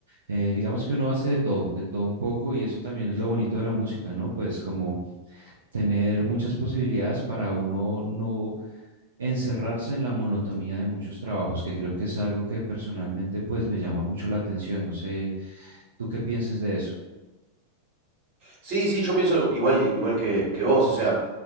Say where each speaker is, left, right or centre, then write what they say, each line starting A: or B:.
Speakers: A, on the right; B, on the right.
A: Eh, digamos que uno hace de todo, de todo un poco, y eso también es lo bonito de la música, ¿no? Pues como tener muchas posibilidades para uno no encerrarse en la monotonía de muchos trabajos, que creo que es algo que personalmente pues me llama mucho la atención. No sé, ¿tú qué piensas de eso?
B: Sí, sí, yo pienso igual, igual que, que vos, o sea,